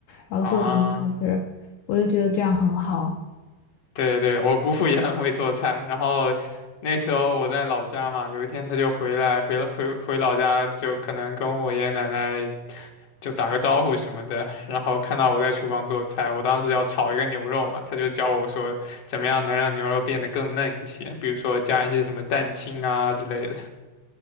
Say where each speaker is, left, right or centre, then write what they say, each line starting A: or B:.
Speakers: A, on the left (about 75°); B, on the left (about 50°).
A: 然后做的就是，
B: 啊。
A: 我就觉得这样很好
B: 对对，我姑父也很会做菜，然后那时候我在老家嘛，有一天他就回来，回了回回老家，就可能跟我爷爷奶奶就打个招呼什么的，然后看到我在厨房做菜，我当时要炒一个牛肉嘛，他就教我说怎么样能让牛肉变得更嫩一些，比如说加一些什么蛋清啊之类的。